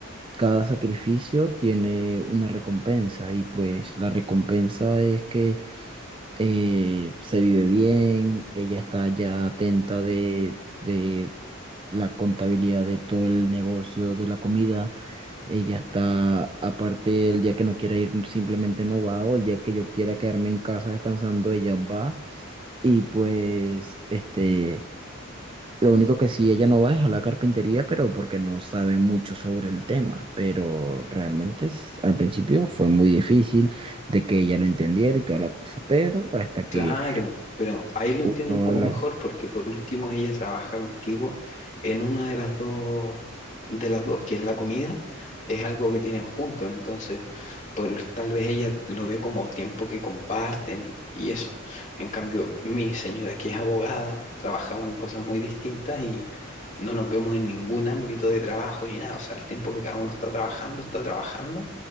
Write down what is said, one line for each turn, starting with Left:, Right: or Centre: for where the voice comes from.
Right: cada sacrificio tiene una recompensa y pues la recompensa es que eh, se vive bien, ella está ya atenta de, de la contabilidad de todo el negocio de la comida, ella está, aparte, el día que no quiera ir simplemente no va, o el día que yo quiera quedarme en casa descansando, ella va, y pues, este, lo único que sí ella no va es a la carpintería, pero porque no sabe mucho sobre el tema, pero realmente s- al principio fue muy difícil de que ella lo entendiera y toda la cosa, pero hasta que
Left: claro, pero ahí lo entiendo
Right: Hola.
Left: un poco mejor porque por último ella trabaja contigo en una de las dos, de las dos, que es la comida, es algo que tienen juntos, entonces por, tal vez ella lo ve como tiempo que comparten y, y eso. En cambio, mi señora que es abogada, trabajamos en cosas muy distintas y no nos vemos en ningún ámbito de trabajo ni nada. O sea, el tiempo que cada uno está trabajando, está trabajando